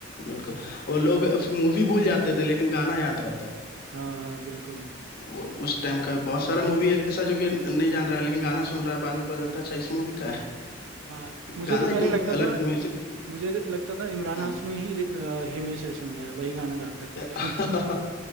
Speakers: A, on the left (about 50°); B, on the right (about 70°).
A: बिल्कुल
B: हाँ
A: वो लोग मूवी भूल जाते थे लेकिन गाना याद रहता है
B: हाँ हाँ, बिल्कुल
A: वो उस टाइम का बहुत सारा मूवी ऐसा जो कि नहीं जान रहा है लेकिन गाना सुन रहा है बाद में पता चलता है अच्छा इस मूवी का है
B: हाँ मुझे
A: गाना
B: तो पहले
A: एक
B: लगता
A: अलग
B: था
A: म्यूजिक
B: मुझे लगता था इमरान
A: हम्म।
B: हाशमी ही रे- अ, हिमेश रेशमिया है, वही गाना गाता है खुद
A: <laughs>
B: का